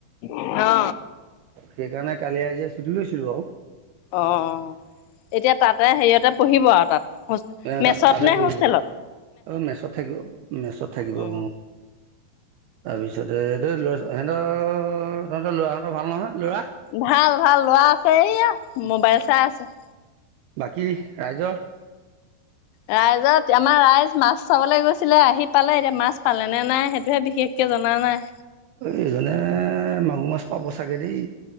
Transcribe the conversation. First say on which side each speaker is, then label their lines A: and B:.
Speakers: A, on the left (about 85°); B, on the right (about 80°).
A: অ
B: সেইকাৰণে কালি আজিয়ে ছুটি লৈছিলো আৰু,
A: অ অ, এতিয়া তাতে হেৰিয়তে পঢ়িব আৰু তাত। মেচত
B: ত তাতে
A: নে
B: পঢ়িব।
A: হোষ্টেলত?
B: অ মেচত থাকিব মেচত থাকিব
A: উম
B: অ তাৰপিছতে এই ল'ৰা ছ সিহঁতৰ তহঁতৰ ল'ৰাহঁতৰ ভাল নহয়, ল'ৰা
A: ভাল ভাল লৰা আছে এইয়া, মোবাইল চাই আছে।
B: বাকী ৰাইজৰ,
A: ৰাইজত আমাৰ ৰাইজ মাছ চাবলৈ গৈছিলে, আহি পালে এতিয়া মাছ পালে নে নাই সেইটোহে বিশেষ কে জনা নাই,
B: এইজনে মাগুৰ মাছ পাব চাগে দেই,